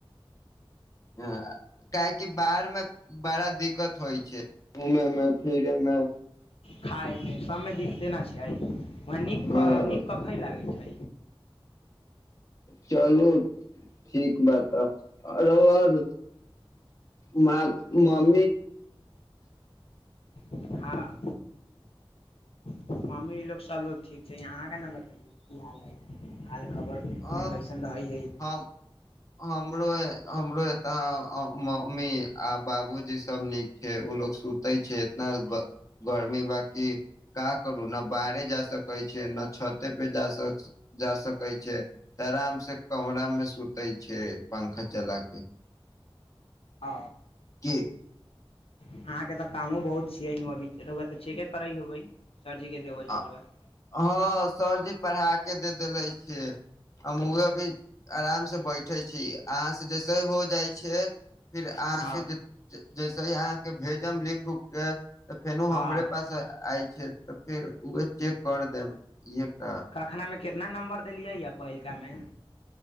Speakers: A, on the left; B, on the left.
A: हँ काहेकि बाहर मे बड़ा दिक्कत होइ छैय। घुमयमे फिरेमे।
B: खाायमे सभमे दिकते नहि छैय ओ
A: हँ
B: नीक नीक कखै लागैत छैय।
A: चलू ठीक बा त ह आर म मम्मी
B: हँ मम्मी ई लोग सबलोग ठीक छैय अहाँके ने बतैयौ की हाल है हाल खबर ओन्ने
A: ह
B: कैसन रहै हइ
A: हम हमरो हमरो एत मम्मी आ बाबूजी सब नीक के उ लोक सुतै छैय इतना गर्मी बाकी का करू न बाहरे जा सकै छैय न छते पे जा सक जा सकै छैय। त आराम से कमरा मे सुते छैय पंखा चला के
B: आ
A: की
B: अहाँ के तऽ कामो बहुत छियै न अभी रौआ त चेके करै होबै सरजी के <unintelligible>
A: आ हँ सरजी पढ़ा के दे देले छियै हम अभी आरामसँ बैठै छी अहाँसँ जैसे हो जाइ छियै फिर अहाँके
B: हँ
A: जे जैसे ही अहाँके भेजम लिख उख के तऽ फेनू
B: हँ
A: हमरे पास आय छै फेर उह चेक कर देम इहे कह
B: कखना मे कितना नम्बर देलियै यऽ पहिलका मे